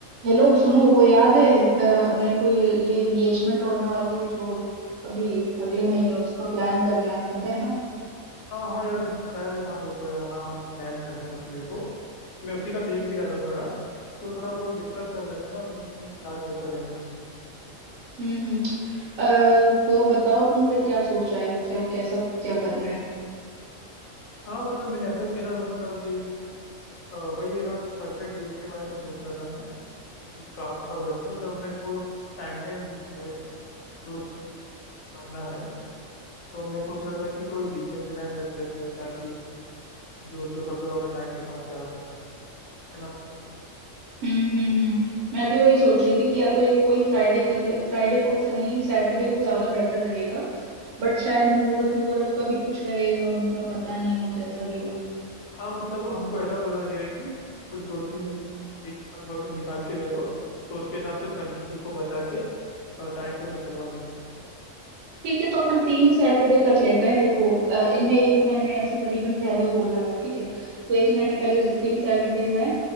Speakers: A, on the right (about 65°); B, on the left (about 85°).
A: Hello सुनो वो याद है अ, अपने को ये ये एंगेजमेंट होने वाली है जो अभी अगले महीने उसका प्लान करना है पता है ना
B: हाँ हाँ यार बताया तो था मेरे को यार हाँ हमें प्लान करना है अपने को मैं उसी का देख भी रहा था थोड़ा तो थोड़ा बहुत डिस्कस कर लेते हैं ना हम लोग कि क्या कैसा रहने वाला है
A: हम्म हम्म अ, तो बताओ तुम फिर क्या सोचा है क्या कैसा क्या करना है
B: हाँ मतलब मैंने अब तक से ना मतलब ये अ, वही है ना परफेक्ट डेट के बारे में सोच रहा था मैं कि कब कब रखते हैं मतलब मेरे को टाइमलाइन दी गया है कि दो तीन वीक करना है तो मैं सोच रहा था कि कोई वीकेंड के टाइम रख लेते हैं ताकि जो जो सब लोग अपना टाइम निकाल के आ सके है ना
A: हम्म हम्म हम्म मैं भी वही सोच रही थी कि या तो एक कोई फ्राइडे कर ले फ्राइडे को वैसे नहीं सैटरडे को ज्यादा बेटर रहेगा बट शायद मुहूर्त वहूर्त का भी कुछ रहेगा उनका पता नहीं है अब जैसा भी हो
B: हाँ मतलब हमको ऐसा बोला गया है कि कुछ दो तीन दिन वगैरह निकाल के दे दो तो उसके हिसाब से पंडित जी को बता के टाइम तो निकलवा लेंगे
A: ठीक है तो अपन तीन सैटरडे कर लेते हैं देखो अ, इनने एक मैंने ऐसे करीबन पहले बोला है ठीक है तो एक महीने पहले जितने भी सैटरडेज हैं